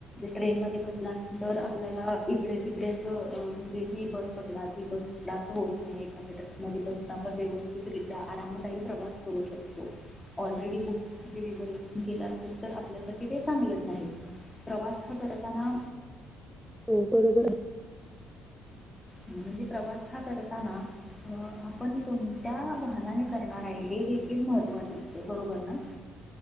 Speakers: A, on the left; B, in the centre.
A: ट्रेन मध्ये बसल्यानंतर आपल्याला इकडे तिकडे असं म्हणजे ही बस पकडा, ती बस पकडा असं होत नाही एखाद्या ट्रकमध्ये बसून आपण व्यवस्थितरित्या आरामदायी प्रवास करू शकतो. ऑलरेडी बुक रिझर्वेशन केलं असेल तर आपल्यासाठी ते चांगलंच आहे. प्रवास हा करताना
B: हो बरोबर हाय
A: म्हणजे प्रवास हा करताना अ- आपण कोणत्या वाहनाने करणार आहे, हे देखील महत्त्वाच असत. बरोबर ना?